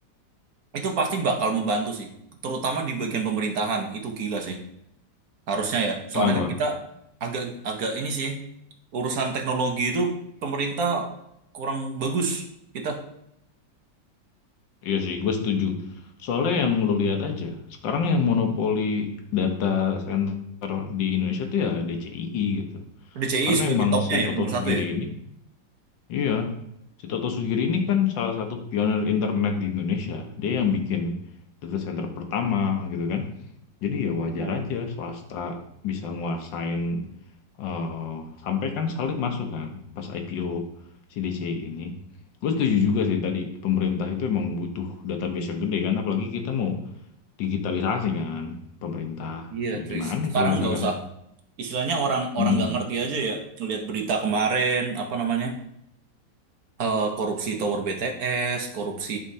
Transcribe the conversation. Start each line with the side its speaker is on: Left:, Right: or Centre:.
Right: Itu pasti bakal membantu sih, terutama di bagian pemerintahan, itu gila sih. Harusnya ya, soalnya
Left: kenapa?
Right: kan kita agak agak ini sih, urusan teknologi itu pemerintah kurang bagus. Kita
Left: Iya sih gue setuju soalnya yang lu lihat aja sekarang yang monopoli data center di Indonesia tuh ya DCII gitu
Right: DCII
Left: karena
Right: sebagai
Left: emang
Right: topnya
Left: si Toto
Right: ya, nomor
Left: Sugiri
Right: satu
Left: ini iya si Toto Sugiri ini kan salah satu pionir internet di Indonesia dia yang bikin data center pertama gitu kan jadi ya wajar
Right: ya.
Left: aja swasta bisa nguasain eh sampai kan Salim masuk kan pas IPO CDC ini. Gue setuju juga sih tadi pemerintah itu emang butuh database yang gede kan, apalagi kita mau digitalisasi kan pemerintah.
Right: Iya,
Left: Ya
Right: cuy.
Left: gimana nih
Right: Sekarang
Left: kalau misalkan,
Right: nggak usah. Istilahnya orang-orang
Left: Mm-mm.
Right: nggak ngerti aja ya. Ngelihat berita kemarin, apa namanya? eh, korupsi Tower BTS, korupsi